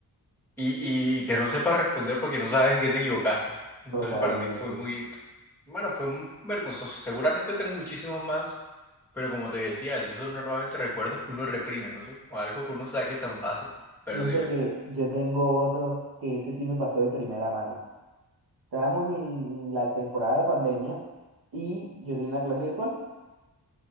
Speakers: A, in the centre; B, on the right.
A: y, y que no sepas responder porque no sabes en qué te equivocaste. Entonces
B: Totalmente.
A: para mí fue muy, bueno, fue un vergonzoso. Seguramente tengo muchísimos más, pero como te decía, esos son normalmente recuerdos que uno reprime, ¿no? Son como algo que uno saque tan fácil. Pero
B: Fíjate
A: dime,
B: que yo tengo otro que ese sí me pasó de primera mano. Estábamos en la temporada de pandemia y yo tenía una clase virtual